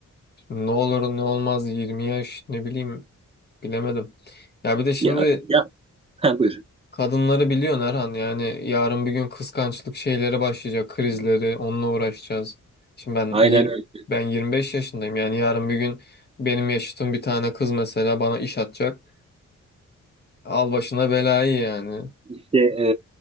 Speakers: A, on the left; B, on the right.
A: ne olur ne olmaz 20 yaş ne bileyim bilemedim. Ya bir de şimdi
B: Ya ya ha, buyur.
A: Kadınları biliyorsun Erhan yani yarın bir gün kıskançlık şeyleri başlayacak krizleri onunla uğraşacağız. Şimdi ben
B: Aynen
A: yir-
B: öyle.
A: ben 25 yaşındayım yani yarın bir gün benim yaşıtım bir tane kız mesela bana iş atacak. Al başına belayı yani.
B: İşte e,